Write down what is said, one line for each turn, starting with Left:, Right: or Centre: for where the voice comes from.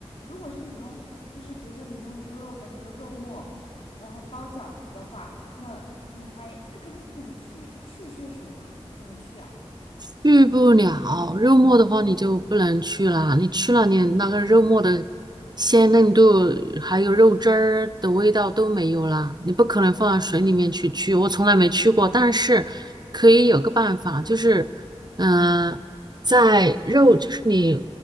Left: 如果是你用，就是比如说你用猪肉的那个肉末，然后包饺子的话，那你还那肯定不可能去去血水吧？怎么去啊？
Right: 去不了，肉末的话你就不能去了，你去了你那个肉末的鲜嫩度，还有肉汁儿的味道都没有了，你不可能放到水里面去去，我从来没去过，但是可以有个办法，就是嗯、呃在肉就是你